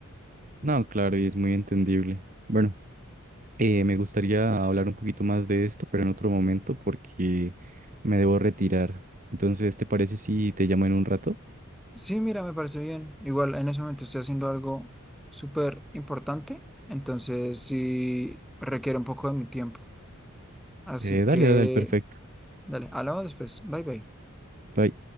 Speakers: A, on the right; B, in the centre.
A: No, claro, y es muy entendible. Bueno, eh, me gustaría hablar un poquito más de esto, pero en otro momento porque me debo retirar. Entonces, ¿te parece si te llamo en un rato?
B: Sí, mira, me parece bien. Igual en ese momento estoy haciendo algo súper importante, entonces sí requiere un poco de mi tiempo. Así
A: Eh, dale,
B: que,
A: dale, perfecto.
B: dale, hablamos después. Bye bye.
A: Bye.